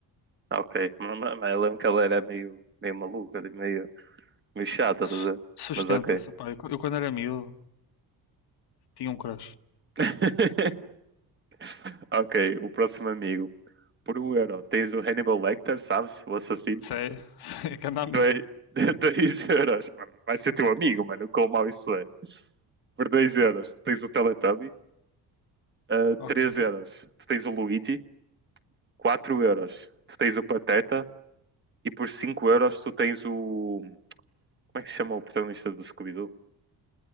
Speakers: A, on the right; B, on the left.
A: ok. Mas, mas- mas eu lembro que ela era meio, meio maluca, tipo, meio, meio chata,
B: Su-
A: tá a ver?
B: Sustenta-se.
A: mas ok.
B: Pá, eu, eu quando era miúdo tinha um crush.
A: <laughs> Ok, o próximo amigo. Por um euro, tens o Hannibal Lecter, sabes? O assassino.
B: Sei, <laughs> sei, grande amigo.
A: dois <laughs> Dois euros. Mano, Vai ser teu amigo, mano. Quão mau isso é. Por dois euros, tens o Teletubby. Ah,
B: Ok.
A: três euros, tu tens o Luigi. Quatro euros, tu tens o Pateta. E por cinco euros, tu tens o... Como é que se chama o protagonista do Scooby-Doo?